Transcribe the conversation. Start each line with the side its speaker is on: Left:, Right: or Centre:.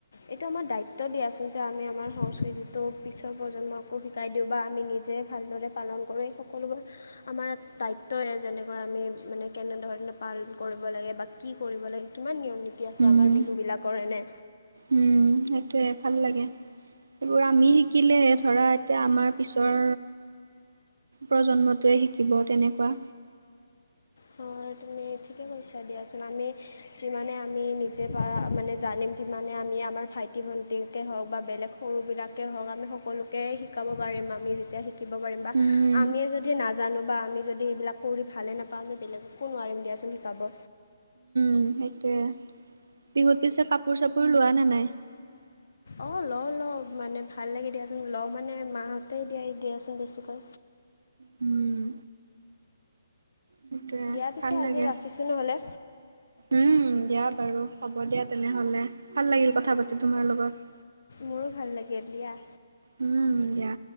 Left: এইটো আমাৰ দায়িত্ব দিয়াচোন যে আমি আমাৰ সংস্কৃতি তো পিছৰ প্ৰজন্মকো শিকাই দিওঁ বা আমি নিজেই ভালদৰে পালন কৰি, এই সকলোবোৰ আমাৰ দায়িত্বই যেনে কোৱা আমি মানে কেনেধৰণে পালন কৰিব লাগে বা কি কৰিব লাগে কিমান নিয়ম নীতি আছে
Right: উম
Left: আমাৰ বিহুবিলাকৰ এনে।
Right: উম সেইটোয়ে ভাল লাগে। এইবোৰ আমি শিকিলেহে ধৰা এতিয়া আমাৰ পিছৰ প্ৰজন্মটোৱে শিকিব তেনেকুৱা।
Left: হয় তুমি ঠিকে কৈছা দিয়াচোন আমি যিমানে আমি নিজে পাৰা মানে জানিম মানে আমি আমাৰ ভাইটি ভণ্টিকে হওক বা বেলেগ সৰুবিলাকেই হওক আমি সকলো তেই শিকাব পাৰিম আমি যেতিয়া শি থাকিব পাৰিম বা
Right: উম
Left: আমিয়ে যদি নাজানো বা আমি যদি এইবিলাক কৰি ভালে নাপাওঁ আমি বেলেগকো নোৱাৰিম দিয়াচোন শিকাব।
Right: উম, সেইটোয়ে বিহুত পিছে কাপোৰ চাপোৰ লোৱা নে নাই?
Left: অ', লওঁ-লওঁ মানে ভাল লাগে দিয়াচোন লওঁ মানে মা হতেই দিয়াই দিয়াচোন বেছিকৈ।
Right: হম। সেইটোৱে
Left: দিয়া পিছে
Right: ভাল
Left: আজি
Right: লাগে।
Left: ৰাখিছোঁ নহ'লে
Right: উম, দিয়া বাৰু হ'ব দিয়া তেনেহ'লে ভাল লাগিল কথা পাতি তোমাৰ লগত।
Left: মোৰো ভাল লাগিল দিয়া।
Right: উম, দিয়া।